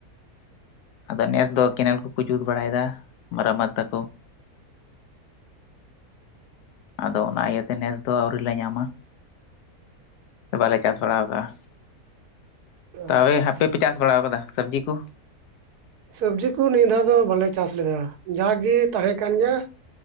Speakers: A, on the left; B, on the right.
A: ᱟᱫᱚ ᱱᱮᱥ ᱫᱚ ᱠᱮᱱᱮᱞ ᱠᱚᱠᱚ ᱡᱩᱛ ᱵᱟᱲᱟᱭᱮᱫᱟ ᱢᱟᱨᱟᱢᱛ ᱫᱟᱠᱚ ᱾ ᱟᱫᱚ ᱚᱱᱟ ᱤᱭᱟᱹᱛᱮ ᱱᱮᱥ ᱫᱚ ᱟᱣᱨᱤ ᱞᱮ ᱧᱟᱢᱟ ᱥᱮ ᱵᱟᱞᱮ ᱪᱟᱥ ᱵᱟᱲᱟ ᱟᱠᱟᱜᱼᱟ ᱾
B: ᱟᱪᱪᱷᱟ
A: ᱛ
B: ᱟᱪᱪᱷᱟ,
A: ᱟᱯᱮ ᱦᱟᱯᱮᱯᱮ ᱪᱟᱥ ᱵᱟᱲᱟ ᱠᱟᱫᱟ ᱥᱚᱵᱽᱡᱤ ᱠᱚ?
B: ᱥᱚᱵᱽᱡᱤ ᱠᱚ ᱱᱤᱭᱟᱹ ᱫᱷᱟᱣ ᱫᱚ ᱵᱟᱞᱮ ᱪᱟᱥ ᱞᱮᱫᱟ ᱡᱟᱜᱮ ᱛᱟᱦᱮᱸ ᱠᱟᱱ ᱜᱮᱭᱟ ᱾